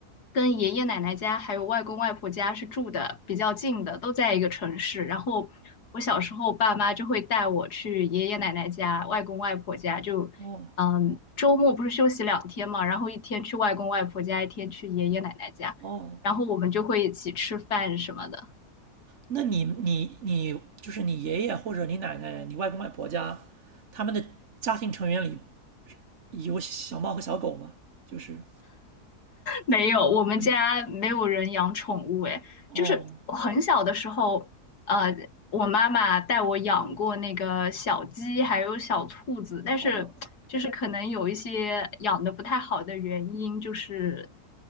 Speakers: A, on the left (about 80°); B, on the right (about 55°).
A: 跟爷爷奶奶家还有外公外婆家是住的比较近的，都在一个城市。然后我小时候，爸妈就会带我去爷爷奶奶家、外公外婆家，就，
B: 哦
A: 嗯，周末不是休息两天嘛，然后一天去外公外婆家，一天去爷爷奶奶家，
B: 哦，
A: 然后我们就会一起吃饭什么的。
B: 那你你你就是你爷爷或者你奶奶、你外公外婆家，他们的家庭成员里有小猫和小狗吗？就是
A: 没有，我们家没有人养宠物，
B: 没有。
A: 诶，
B: 哦
A: 就是我很小的时候，呃，我妈妈带我养过那个小鸡，还有小兔子，但是就是可能有一些养的不太好的原因，
B: 哦，
A: 就是